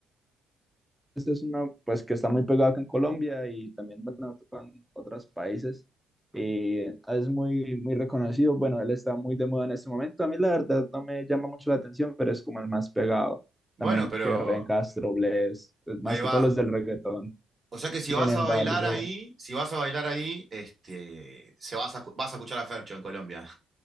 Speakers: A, in the centre; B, on the right.
A: Esta es una, pues, que está muy pegada acá en Colombia y también, bueno, tocan otros países. Eh, es muy, muy reconocido. Bueno, él está muy de moda en este momento. A mí, la verdad, no me llama mucho la atención, pero es como el más pegado.
B: Bueno,
A: También
B: pero
A: que Ryan Castro, Bless, pues, más
B: ahí va.
A: que todos los del reggaetón.
B: O sea que si vas
A: Sin embargo,
B: a bailar ahí, si vas a bailar ahí, este, se vas a, vas a escuchar a Fercho en Colombia.